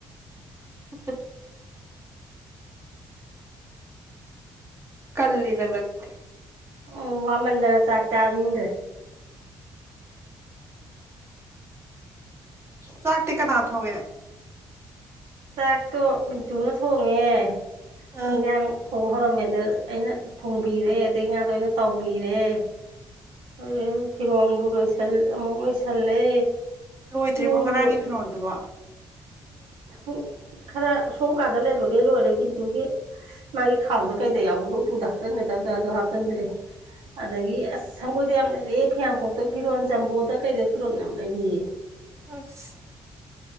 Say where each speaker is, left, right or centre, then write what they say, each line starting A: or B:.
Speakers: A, on the right (about 30°); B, on the right (about 80°).
A: <unintelligible> ꯀꯜꯂꯤ ꯅꯪ ꯉꯗꯗꯦ
B: ꯎꯝ ꯋꯥꯃꯟꯗꯅ ꯆꯥꯛ ꯆꯥꯅꯤꯡꯗ꯭ꯔꯦ
A: ꯁꯥꯥꯛꯇ ꯀꯅꯥꯊꯣꯒꯦ
B: ꯆꯥꯛꯇꯣ ꯃꯤꯇꯨꯅ ꯊꯣꯡꯉꯦ
A: ꯑ
B: ꯍꯟꯖꯥꯡ ꯊꯣꯡꯉ ꯍꯣꯔꯃꯦꯟꯗ ꯑꯩꯅ ꯊꯣꯡꯕꯤꯔꯦ ꯑꯗꯩ ꯉꯥꯗꯣ ꯑꯩꯅ ꯇꯥꯎꯕꯤꯔꯦ ꯑꯗꯨ ꯐꯤꯔꯣꯟꯗꯨ ꯂꯣꯏꯁꯜ ꯑꯃꯨꯛ ꯂꯣꯏꯁꯜꯂꯦ
A: ꯂꯣꯏꯗ꯭ꯔꯤꯕꯣ
B: ꯏꯃꯨꯡ
A: ꯉꯔꯥꯡꯒꯤ
B: ꯃꯪꯒꯣꯜ
A: ꯐꯤꯔꯣꯜꯗꯨꯕꯣ
B: ꯎꯝ ꯈꯔ ꯁꯣꯝ ꯀꯥꯗ ꯂꯩꯕꯈꯩ ꯂꯣꯏꯔꯦ ꯄꯤꯟꯇꯨꯒꯤ ꯃꯥꯒꯤ ꯈꯥꯎꯗ ꯀꯩꯗ ꯌꯥꯎꯕꯗꯣ ꯎ ꯄꯨꯗ ꯍꯥꯞꯆꯤꯟꯒꯗꯕꯗꯗꯣ ꯍꯥꯞꯆꯤꯟꯗ꯭ꯔꯔꯤ ꯑꯗꯒꯤ ꯑꯁ ꯁꯪꯒꯣꯏꯗ ꯌꯥꯝ ꯌꯥꯝ ꯂꯩꯔꯦ ꯐꯤꯌꯥꯡꯀꯣꯛꯇ ꯐꯤꯔꯣꯜ ꯆꯖꯝꯕꯣꯗ ꯀꯩꯗ ꯐꯤꯔꯣꯜ ꯌꯥꯝ ꯂꯩꯔꯤꯌꯦ
A: ꯑꯁ